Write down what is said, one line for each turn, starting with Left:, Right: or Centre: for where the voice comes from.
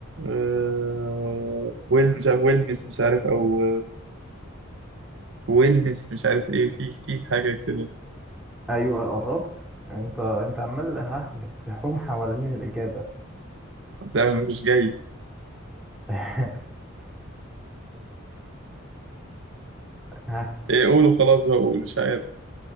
Right: آه ويل مش عارف ويلنس مش عارف أو آه، ويلنس مش عارف إيه في في حاجة كده
Centre: ايوه قربت انت انت عمال ها بتحوم حوالين الاجابه
Right: لا مش جاي
Centre: <laughs> ها
Right: إيه قولوا خلاص بقى قول مش عارف